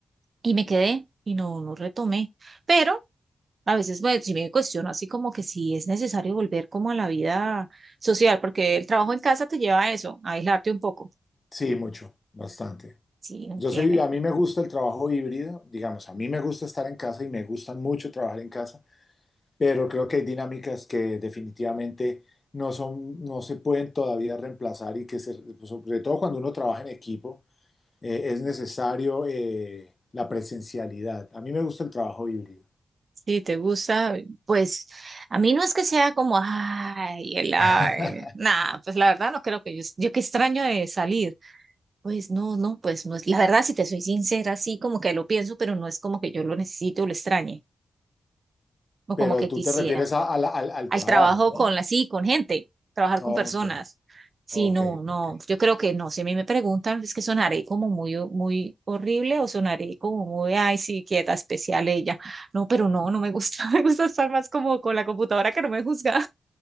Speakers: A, on the right; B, on the left.
A: y me quedé y no, no retomé. Pero a veces, bueno, sí me cuestiono así como que si es necesario volver como a la vida social, porque el trabajo en casa te lleva a eso, a aislarte un poco.
B: Sí, mucho, bastante.
A: Sí, no
B: Yo
A: tiene,
B: soy, a mí me gusta el trabajo híbrido, digamos, a mí me gusta estar en casa y me gusta mucho trabajar en casa, pero creo que hay dinámicas que definitivamente no son, no se pueden todavía reemplazar y que se- sobre todo cuando uno trabaja en equipo eh, es necesario eh, la presencialidad. A mí me gusta el trabajo híbrido,
A: Si te gusta, pues a mí no es que sea como, ay, el ay,
B: <laughs>
A: nada, pues la verdad no creo que yo, yo qué extraño de salir. Pues no, no, pues no es, la verdad, si te soy sincera, sí, como que lo pienso, pero no es como que yo lo necesite o lo extrañe, o
B: pero
A: como que
B: tú
A: quisiera
B: te refieres a- a la- al, al
A: al
B: trabajo,
A: trabajo
B: ¿no?
A: con la, sí, con gente, trabajar
B: Ok,
A: con personas. Sí,
B: ok,
A: no, no,
B: ok.
A: yo creo que no, si a mí me preguntan, es que sonaré como muy, muy horrible o sonaré como muy, ay, sí, quieta, especial ella. No, pero no, no me gusta, <laughs> me gusta estar más como con la computadora que no me juzga.